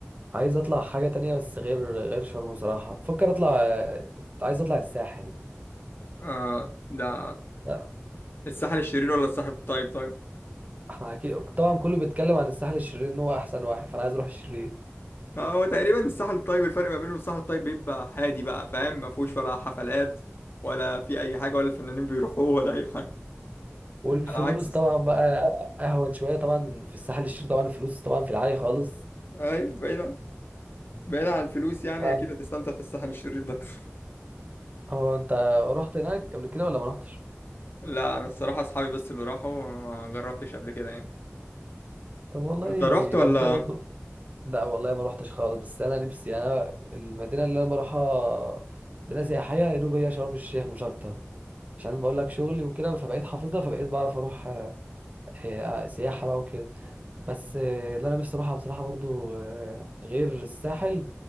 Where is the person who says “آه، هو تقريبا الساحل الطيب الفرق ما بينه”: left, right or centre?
Left